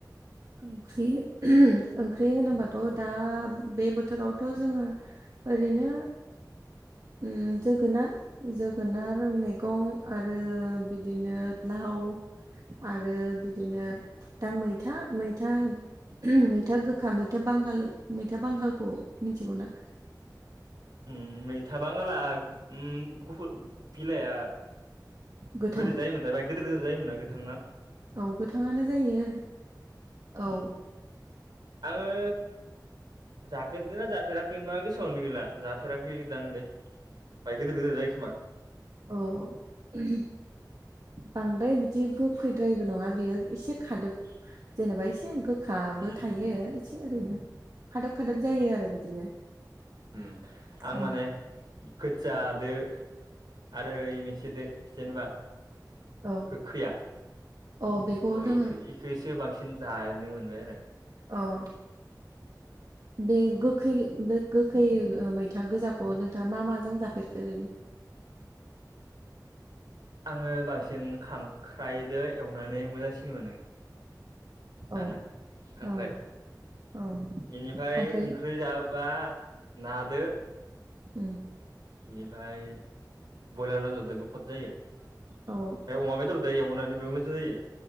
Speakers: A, on the right; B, on the right.
A: ओंख्रि ओंख्रि होनोबाथ' दा बे बोथोरावथ' जोंङो। ओरैनो ओम जोगोनार जोगोनार मैगं आरो बिदिनो लाव आरो बिदिनो दा मैथा मैथा मैथा गोखा मैथा बांगाल मैथा बांगालखौ मिथिगौ ना?
B: उम मैथा बांगाला उम गुफुर बिलाइआ
A: गोथां
B: बोरै जायोमोनथाय बाइ गोदोर गोदोर जायोमोना आरो गोथांनो
A: औ गोथाङानो जायो औ।
B: आङो जाफेरदों ना जाफेराखैबा गोसोआवनो गैला। जाफेराखैदांलै बाय गिदिर गिदिर जायोखोमा।
A: औ औ। बांद्राय बिदि गोखैद्रायबो नङा बियो एसे खादोब जेनेबा एसे गोखाबो
B: उम
A: थायो एसे ओरैनो खादोब खादोब जायो आरो बिदिनो।
B: उम आं
A: उम
B: माने खोजादो आरो इ मोनसेदो जेनेबा
A: औ
B: गोखैया।
A: औ बेखौ
B: अ
A: जोङो
B: इखो इखौसो बांसिन जानो मोनबाय आरो।
A: अह अह बे गोखै बे गोखै मैथा गोजाखौ नोंथाङा मा माजों जाफेरखो ओरैनो?
B: आङो बांसिन खांख्राइदो एवनानै मोजांसिन मोनो।
A: औ
B: जानो खांख्राइ
A: औ औ
B: बेनिफ्राय
A: खांख्राइ
B: ओंख्रि जाहोब्ला नादो
A: उम
B: बेनिफ्राय बयलार बेदरजोंबो खद जायो।
A: औ
B: ओमफ्राय अमा बेदरदो एवनानै मोजां जायो।